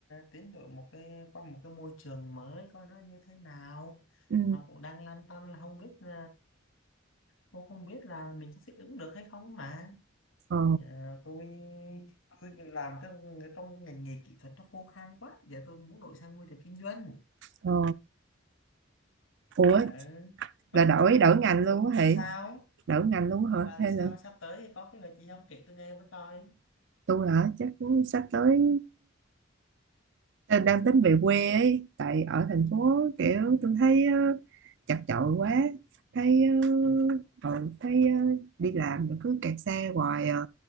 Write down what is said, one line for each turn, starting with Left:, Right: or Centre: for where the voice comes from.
Left: tiến đổi một cái qua một cái môi trường mới coi nó như thế nào
Right: Ừ,
Left: mà cũng đang lăn tăn là không biết ờ, cũng không biết là mình có thích ứng được hay không mà
Right: ờ,
Left: Ờ, tôi tôi làm cái, trong ngành nghề kỹ thuật nó khô khan quá giờ tôi muốn đổi sang môi trường kinh doanh
Right: ờ. Ủa,
Left: à, còn
Right: là đổi đổi ngành
Left: còn
Right: luôn
Left: còn bà
Right: á hả?
Left: thì sao
Right: Đổi ngành luôn
Left: ờ,
Right: hả?
Left: bà thì
Right: Hay
Left: sao
Right: là
Left: sắp tới thì có cái việc gì không kể tôi nghe với coi
Right: tôi hả? Chắc cũng sắp tới Ờ, đang tính về quê ấy tại ở thành phố kiểu tôi thấy ờ, chật chội quá thấy ờ,
Left: ừ.
Right: ờ, thấy ờ, đi làm rồi cứ kẹt xe hoài à.